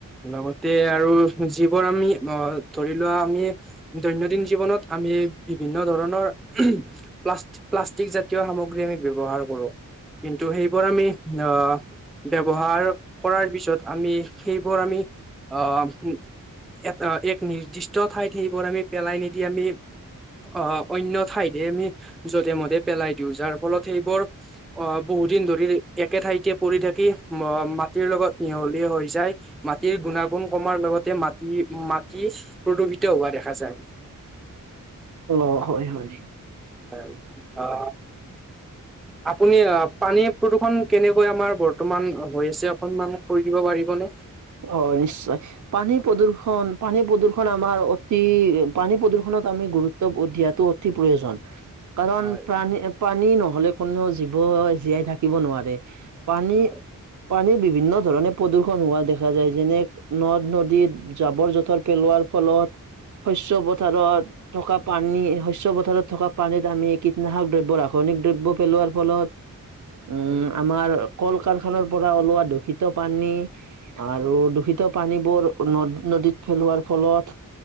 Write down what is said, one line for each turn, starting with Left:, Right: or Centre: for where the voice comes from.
Centre: লগতে আৰু যিবোৰ আমি, অ'! ধৰি লোৱা আমি, দৈনন্দিন জীৱনত, আমি বিভিন্ন ধৰণৰ উম, প্লাষ্ট-প্লাষ্টিক জাতীয় সামগ্ৰী, আমি ব্যৱহাৰ কৰোঁ। কিন্তু, সেইবোৰ আমি, আঁ ব্যৱহাৰ কৰাৰ পিছত, আমি, সেইবোৰ আমি, আঁ এ, এক নিৰ্দিষ্ট ঠাইত, সেইবোৰ আমি, পেলাই নিদি আমি, আঁ অন্য ঠাইতে, আমি যধে-মধে পেলাই দিওঁ, যাৰ ফলত সেইবোৰ, অ'! বহুদিন ধৰি একে ঠাইতে, পৰি থাকি, ম মা মাটিৰ লগত মিহলি হৈ যায়। মাটিৰ গুণাগুণ কমাৰ লগত তে মাটি মাটিছ প্ৰদূষিত হোৱা দেখা যায়।
Right: অ', হয় হয়।
Centre: <unintelligible> আপুনি আ পানী প্ৰদূ্ষণ কেনেকৈ আমাৰ বৰ্তমান হৈ আছে অকমান দিব পাৰিবনে,
Right: অ', নিশ্চয় পানী প্ৰদূ্ষন পানী প্ৰদূ খন আমাৰ অতি পানী প্ৰদূ্ষনত আমি গুৰুত্ব দিয়াতো অতি প্ৰয়োজন। কাৰণ
Centre: হয়
Right: প্ৰাণী পানী নহলে কোনো জীৱই জীয়াই থাকিব নোৱাৰে। পানী
Centre: হয়
Right: পানী বিভিন্ন ধৰণে প্ৰদূষণ হোৱা দেখা দেখা যায়, যেনে নদ নদীত জাবৰ জোঁথৰ পেলোৱাৰ ফলত। শস্য পথাৰত, থকা পানী শস্য পথাৰত থকা পানীত আমি কীটনাশক দ্ৰব্য ৰাসায়নিক দ্ৰব্য পেলোৱাৰ ফলত। উম
Centre: হয়
Right: আমাৰ কল কাৰখানাৰ পৰা ওলোৱা দূষিত পানী, আৰু দূষিত পানীবোৰ নদ নদীত পেলোৱাৰ ফলত,